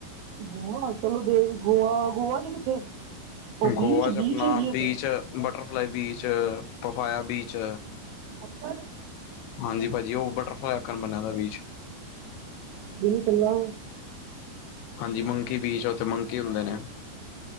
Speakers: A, on the right (about 85°); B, on the left (about 80°).
A: ਗੋਆ ਚਲੋ ਦੇ ਗੋਆ-ਗੋਆ ਚ ਕਿੱਥੇ? ਉਹ ਬੀਚ
B: ਗੋਆ ਚ
A: ਬੀਚ
B: ਆਪਣਾ
A: ਹੈਗੀ ਉੱਥੇ
B: beach butterfly beach, papaya beach
A: ਅੱਛਾ
B: ਹਾਂਜੀ ਭਾਜੀ ਓ ਬਟਰਫਲਾਈ ਆਖਣ ਬੰਦਿਆ ਦਾ ਬੀਚ
A: ਜਰੂਰ ਚੱਲਾਂਗੇ।
B: ਹਾਂਜੀ ਮੰਕੀ ਬੀਚ ਆ, ਉੱਥੇ ਮੰਕੀ ਹੁੰਦੇ ਨੇ